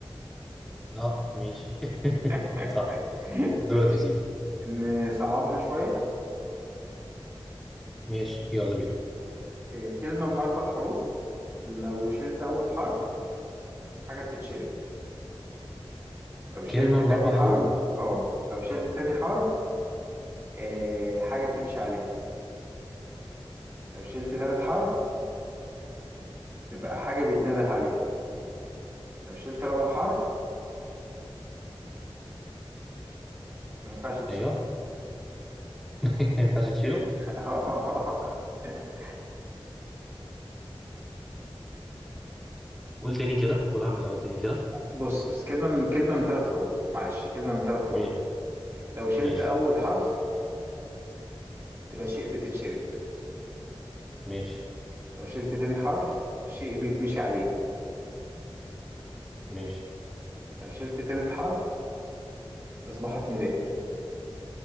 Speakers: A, in the centre; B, on the right.
A: اه ماشي <laughs>
B: <laughs>
A: صح دورك
B: ماشي
A: يا سيدي
B: نصعبها شوية
A: ماشي يلا بينا
B: إيه كلمة من أربع حروف لو شلت أول حرف حاجة بتتشرب لو شلت
A: كلمة
B: تاني
A: من أربع
B: حرف
A: حروف
B: اه لو شلت
A: اه
B: تاني حرف إيه حاجة بتمشي عليها لو شلت تالت حرف تبقى حاجة بيتنادى عليها لو شلت رابع حرف ما ينفعش تشيل
A: ايوه <laughs> ما ينفعش تشيله
B: <laughs>
A: قول تاني كده قولها من الأول تاني كده
B: بص بص كلمة من كلمة من ثلاث حروف معلش كلمة من ثلاث حروف
A: ماشي.
B: لو شلت
A: ماشي
B: أول حرف تبقى شيء بتتشرب
A: ماشي
B: لو شلت تاني حرف شيء بيتمشي عليه
A: ماشي
B: لو شلت تالت حرف أصبحت نداء